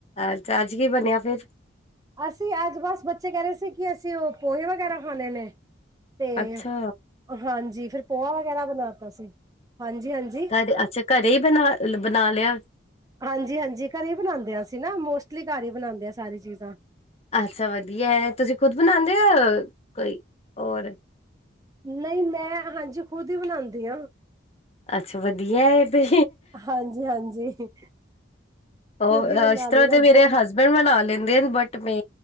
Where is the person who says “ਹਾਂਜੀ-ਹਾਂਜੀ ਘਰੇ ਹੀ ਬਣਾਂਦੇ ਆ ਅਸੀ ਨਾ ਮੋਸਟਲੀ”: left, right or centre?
Right